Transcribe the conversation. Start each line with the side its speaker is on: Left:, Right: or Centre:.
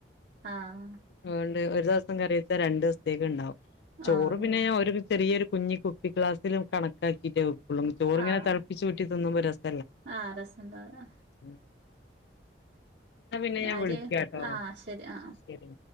Right: ആഹ.
Left: <unintelligible> ദെവസം കറിവെച്ചാ രണ്ടുസത്തേക്ക് ണ്ടാാവും. ചോറ്
Right: ആഹ്
Left: പിന്നെ ഞാഒര് ചെറിയൊരു കുഞ്ഞി കുപ്പിക്ലാസില് കണക്കാക്കീറ്റെ വെക്കുള്ളു. ചോറിങ്ങനെ
Right: ആഹ്
Left: തളപ്പിച്ചൂറ്റി തിന്നുമ്പോ രസ
Right: ആഹ് രസണ്ടാവ്‌ല
Left: മ് എന്നാ പിന്നെ
Right: കാര്യായി
Left: ഞാൻ വിളിക്കാട്ടോ
Right: ആഹ് ശരി ആഹ് ആഹ്
Left: ശരി